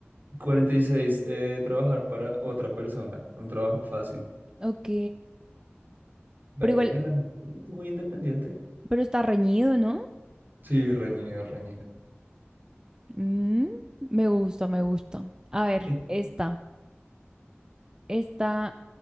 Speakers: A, on the right; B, on the right.
A: Cuarenta y seis. eh, trabajar para otra persona, un trabajo fácil.
B: Ok,
A: Vela,
B: pero igual,
A: es muy independiente.
B: pero está reñido, ¿no?
A: Sí, reñido, reñido.
B: Mm, me gusta, me gusta. A ver,
A: <laughs>
B: esta, esta,